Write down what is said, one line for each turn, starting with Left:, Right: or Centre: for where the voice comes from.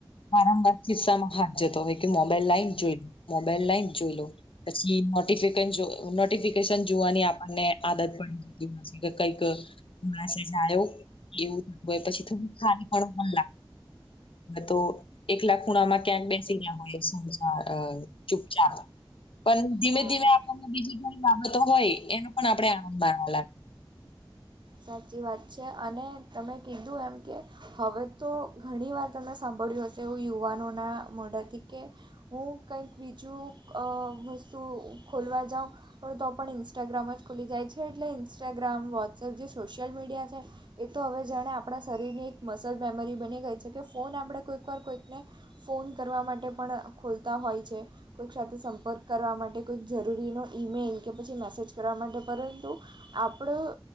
Left: વારંવાર કિસ્સામાં હાથ જતો હોય કે મોબાઈલ લાઈઇન જોઈ લો મોબાઈલ લઇન જોઈ લો. પછી નોટફિક નોટિફિકેશન જોવાની આપણને આદત પડી જતી હો છે કે કઈક, મેસેજ આવ્યો. એવું થતું હોય પછી થોડું ખારી ફણું મ લાગ તો. એકલા ખૂણામાં ક્યાંક ના્યા હોય ચૂપચાપ. પણ ધીમે
Right: હા
Left: ધીમે આપણને ઘણી બાબતો હોય પણ આપડે આનંદ માણવા લાગ.
Right: સાચી વાત છે અને તમે કીધું એમ કે હવે તો ઘણી વાર તમે સાંભળ્યું હશે એવું યુવાનોના મોડાથી કે હું કંઈક બીજું વસ્તુ ખોલવા જાઉં. પણ તો પણ ઇન્સ્ટાગ્રામ જ ખુલી જાય છે એટલે ઇન્સ્ટાગ્રામ વોટ્સએપ જે સોશિયલ મીડિયા છે. એ તો હવે જાણે આપણા શરીરની એક મસલ મેમરી બની ગઈ છે કે ફોન આપણે કોઈક વાર કોઈકને. ફોન કરવા માટે પણ ખોલતા હોય છે. કોઈક સાથે સંપર્ક કરવા માટે કોઈક જરૂરીનો ઈમેઇલ કે પછી મેસેજ કરવા માટે પણ તો આપણો